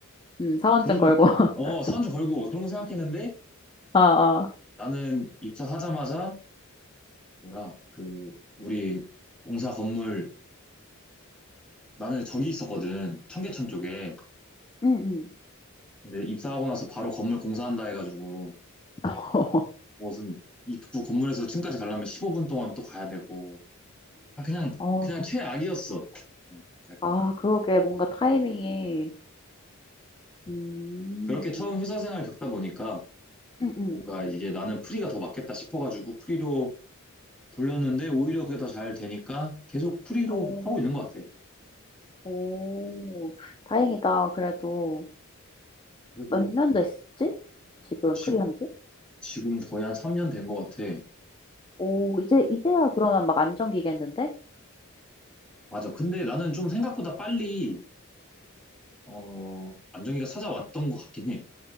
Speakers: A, on the left (about 25°); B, in the centre.
A: 음, 사원증
B: 그런
A: 걸고. <laughs>
B: 어, 사원 좀 걸고 그런 거 생각했는데
A: 아, 아.
B: 나는 입사하자마자 뭐야? 그 우리 공사 건물 나는 저기 있었거든. 청계천 쪽에.
A: 응, 응.
B: 근데 입사하고 나서 바로 건물 공사한다 해가지고
A: <laughs>
B: 무슨 입구 건물에서 층까지 가려면 15분 동안 또 가야 되고 아, 그냥
A: 어,
B: 그냥 최악이었어. 어, 약간
A: 아, 그러게, 뭔가 타이밍이, 음,
B: 그렇게 처음 회사 생활 을 겪다 보니까
A: 음, 음.
B: 뭔가 이게 나는 프리가 더 맞겠다 싶어가지고 프리로 돌렸는데 오히려 그게 더 잘 되니까 계속 프리로
A: 오,
B: 하고 있는 것 같아.
A: 오, 다행이다. 그래도
B: 그래도
A: 몇 년 됐지? 지금
B: 지,
A: 프리한 지?
B: 지금 거의 한 3년 된 것 같아.
A: 오, 이제, 이제야 그러면 막 안정기겠는데?
B: 맞아. 근데 나는 좀 생각보다 빨리 어, 안정기가 찾아왔던 것 같긴 해.